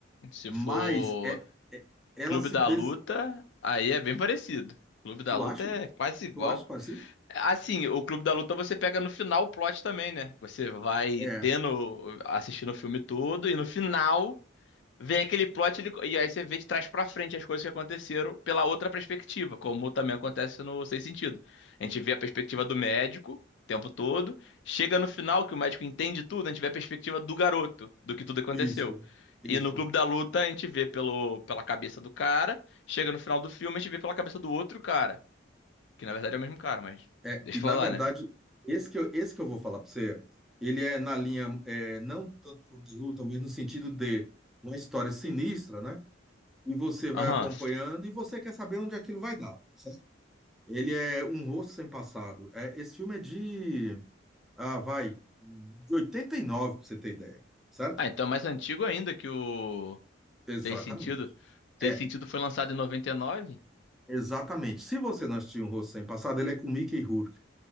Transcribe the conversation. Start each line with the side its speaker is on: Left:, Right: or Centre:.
Left: Se
Centre: Mas
Left: for
Centre: é, é- ela
Left: Clube
Centre: se
Left: da
Centre: des...
Left: Luta, aí é bem parecido. Clube da
Centre: Tu
Left: Luta
Centre: acha?
Left: é quase igual.
Centre: Tu acha parecido?
Left: Assim, o Clube da Luta você pega no final o plot também, né? Você vai
Centre: É,
Left: tendo, assistindo o filme todo e no final vem aquele plot ele- e aí você vê de trás pra frente as coisas que aconteceram pela outra perspectiva, como também acontece no Sem Sentido. A gente vê a perspectiva do médico o tempo todo, chega no final que o médico entende tudo, a gente vê a perspectiva do garoto, do que tudo aconteceu.
Centre: isso, isso.
Left: E no Clube da Luta a gente vê pelo, pela cabeça do cara, chega no final do filme a gente vê pela cabeça do outro cara, que na verdade é o mesmo cara, mas
Centre: É,
Left: <laughs> deixa
Centre: e
Left: eu
Centre: na
Left: falar,
Centre: verdade,
Left: né?
Centre: esse que eu, esse que eu vou falar para você, ele é na linha, é, não tanto por luta, mas no sentido de uma história sinistra, né? E você vai
Left: Aham.
Centre: acompanhando e você quer saber onde aquilo vai dar, certo? Ele é Um Rosto Sem Passado. É, esse filme é de, ah, vai, de 89 para você ter ideia, certo?
Left: Ah, então é mais antigo ainda que o
Centre: Exatamente.
Left: Sem Sentido.
Centre: É,
Left: Sem Sentido foi lançado em noventa e nove
Centre: exatamente. Se você não assistiu Um Rosto Sem Passado, ele é com Mickey Rourke.